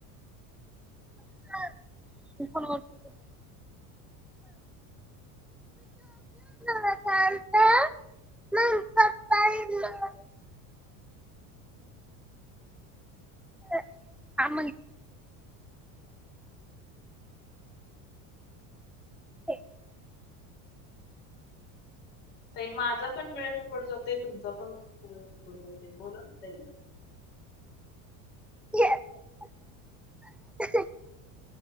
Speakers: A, in the centre; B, on the left.
A: शांत <unintelligible> मी झोपलो होतो ना शांत. मग पप्पानी मला <inaudible> ते <inaudible>
B: ताई माझा पण वेळ फुकड जातो तुमचा पण वेळ फुकड जातो बोला ताई.
A: ह.